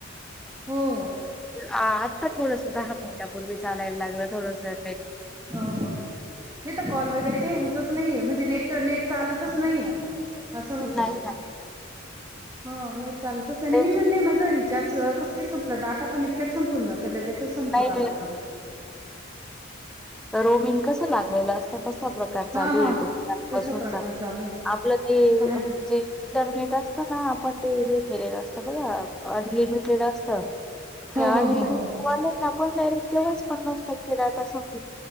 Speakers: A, on the right (about 15°); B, in the centre.
A: हो
B: आत्ता थोडंस दहा मिनटपूर्वी चालायला लागलं थोडसं
A: हो हित कॉल वगैरे काही होतच नाहीे म्हणजे नेट नेट चालतच नाही असं होतय
B: नाही ना
A: हाे न चालतच आणि
B: ते
A: मी म्हणतेय मजाा री च्याच कस काय संपलं डाट पण इतक्यात संपून जातो. लगेचच संपतो
B: नाही
A: डाटा पण.
B: तर रोमिन कसं लागलं असतं तसा प्रकार चालू
A: हां, हां.
B: येतोपसूनचा
A: तसा प्रकार चालू आहे.
B: आपलं ते
A: काय
B: म्हणजे इंटरनेट ना आपण ते हे घेलेलं असतं बघा अनलिमिटेड असत ते
A: हो,
B: अनलिमि
A: हो, हो, हो, हो.
B: वा ना पण स तेलच. पन्नास टक्के डाटा संप